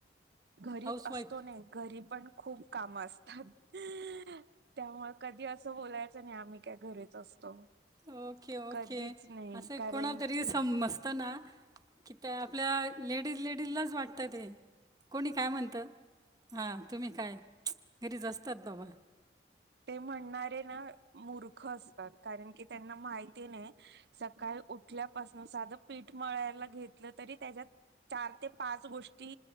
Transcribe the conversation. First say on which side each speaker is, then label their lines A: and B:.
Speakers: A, on the right; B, on the right.
A: घरीच
B: हाऊसवाईफ
A: असतो ने, घरी पण खूप काम असतात. <unintelligible> त्यामुळ कधी असं बोलायचं नाही, आम्ही काय घरीच असतो.
B: Okay,
A: कधीच
B: okay.
A: नाही
B: असं
A: कारण
B: कोणा तरी
A: की
B: समजताना की त्या आपल्या लेडीज लेडीजलाच वाटत ते. कोणी काय म्हणत? हां तुम्ही काय <unintelligible> घरीच असतात दोग.
A: ते म्हणणारे ना मूर्ख असतात, कारण की त्यांना माहिती नाही. सकाळ उठल्यापासून साधं पीठ मळायला घेतलं तरी त्याच्यात चार ते पाच गोष्टी